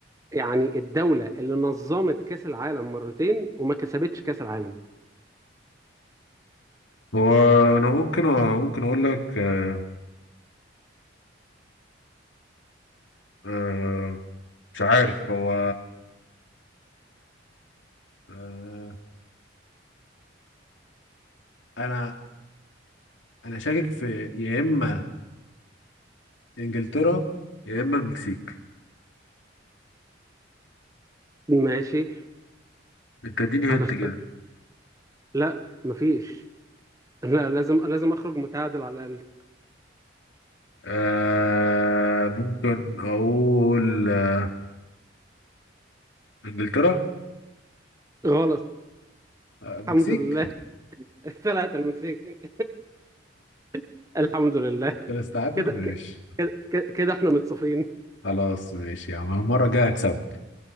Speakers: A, on the right; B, on the left.
A: يعني الدولة اللي نظمت كأس العالم مرتين وما كسبتش كأس العالم
B: وانا ممكن ممكن اقول لك آه، آه، مش عارف هو آه، انا انا شاكك في يا اما انجلترا يا اما المكسيك
A: ماشي
B: انت اديني
A: هتختار
B: هنت كده
A: إيه؟ لا مفيش لا لازم لازم اخرج متعادل على الاقل
B: آه ممكن اقول آه، انجلترا
A: غلط
B: آه مكسيك
A: الحمد لله <laughs> طلعت المكسيك <laughs> الحمد لله
B: كده استعادل
A: كده كده
B: <laughs> ماشي
A: كده كده احنا متصافين
B: خلاص ماشي يا عم المرة الجاية هكسبك